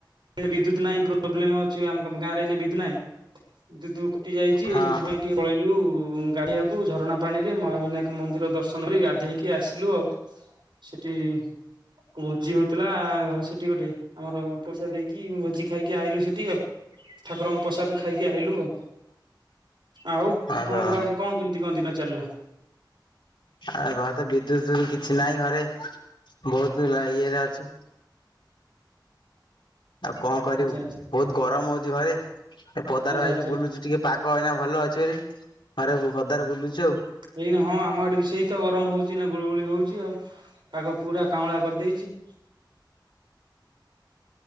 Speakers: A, on the right; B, on the left.
A: ବିଦ୍ୟୁତ ନାହିଁ ପ୍ରୋବ୍ଲେମ ଅଛି ଆମ ଗାଁରେ ଏ ବିଦ୍ୟୁତ ନାହିଁ। ଦୁ ଦୁକ୍ତି ଯାଇଛି
B: ହଁ
A: ସେଥିପାଇଁ ଟିକେ ପଳେଇଲୁ ଗାଧୋଇବାକୁ ଝରଣା ପାଣି ରେ ମହାବିନାୟକ ମନ୍ଦିର ଦର୍ଶନ କରି ଗାଧେଇକି ଆସିଲୁ ଆଉ। ସେଠି ଭୋଜି ହଉଥିଲା ଘରେ ସେଠି ଗୋଟେ। ଆମର ପଇସା ଦେଇକି ଭୋଜି ଖାଇକି ଆଇଲୁ ସେଠି ଆଉ ଠାକୁରଙ୍କ ପସାଦ ଖାଇକି ଆଇଲୁ ଆଉ ଆଉ
B: ଓହୋ
A: ଆପଣଙ୍କର ଆଜି କଣ କେମିତି କଣ ଦିନ ଚାଲିଲା?
B: ଆ ଘରେ ତ ବିଦ୍ୟୁତ କିଛି ନାହିଁ ଘରେ ବହୁତ ଇଏରେ ଅଛି। ଆଉ କଣ କରିବୁ
A: ଆଚ୍ଛା ଆଚ୍ଛା
B: ବହୁତ ଗରମ ହଉଛି ଘରେ ଏ ପଦାର
A: ଆଚ୍ଛା
B: ଆଇଛି
A: ଆଚ୍ଛା
B: ବୁଲୁଚୁ ଟିକେ। ପାଗ ଅଇନା ଭଲ ଅଛି ବୋଲିରି ଘରେ ପଦାରେ ବୁଲୁଚୁ ଆଉ।
A: ଏଇ ହଁ ଆମ ଆଡେ ବି ସେଇ ତ ଗରମ ହଉଛି ନା ଗୁଳଗୁଳି ହଉଛି ଆଉ। ତାକୁ ପୁରା କାଉଁଳା କରିଦେଇଛି।